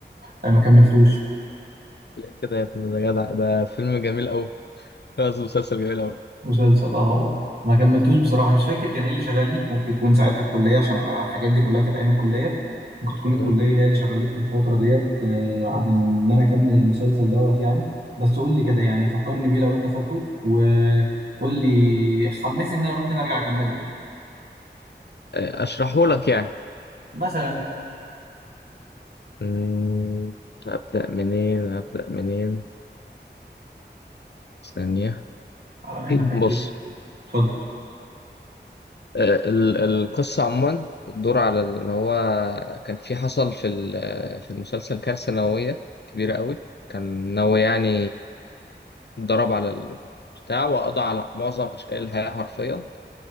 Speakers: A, on the right; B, on the left.
A: آه، ما كملتوش
B: ليه كده يا ابن ده جدع ده فيلم جميل أوي قصدي مسلسل جميل أوي
A: مسلسل اه هو ما كملتوش بصراحه مش فاكر كان ايه اللي شغلني ممكن يكون ساعتها الكليه عشان الحاجات دي كلها كانت ايام الكليه ممكن تكون الكليه
B: مم.
A: هي اللي شغلتني الفتره ديت آه، عن ان انا اكمل المسلسل دوت يعني بس قول لي كده يعني فكرني بيه لو انت فاكره وقول لي حمسني ان انا ممكن ارجع اكمله يعني
B: آه، أشرحه لك يعني
A: مثلا
B: مم. أبدأ منين أبدأ منين ثانية
A: على مهلك
B: <clears throat>
A: اكيد
B: بص
A: اتفضل
B: آه، ال- القصة عموما بتدور على إن هو كان في حصل في ال- في المسلسل كارثة نووية كبيرة قوي كان نووي يعني ضرب على البتاع وقضى على معظم أشكال الحياة حرفيا